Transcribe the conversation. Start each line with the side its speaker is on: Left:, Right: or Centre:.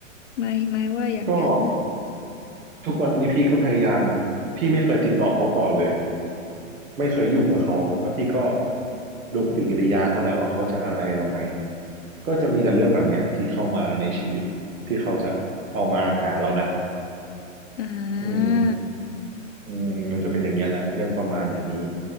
Left: ไม่ไม่ว่าอย่างนั้นนะ
Right: ก็ทุกวันนี้พี่ก็พยายามพี่ไม่เคยติดต่อเขาก่อนเลยไม่เคยยุ่งกับเขาแล้วพี่ก็ดูปฏิกิริยาเขาแหละว่าเขาจะอะไรเราไหมก็จะมีแต่เรื่องแบบเนี้ยที่เข้ามาในชีวิตที่เขาจะเอามาหาเรานะ
Left: อ่
Right: อืม
Left: า
Right: อืมมันจะเป็นอย่างเงี้ยแหละเรื่องประมาณอย่างนี้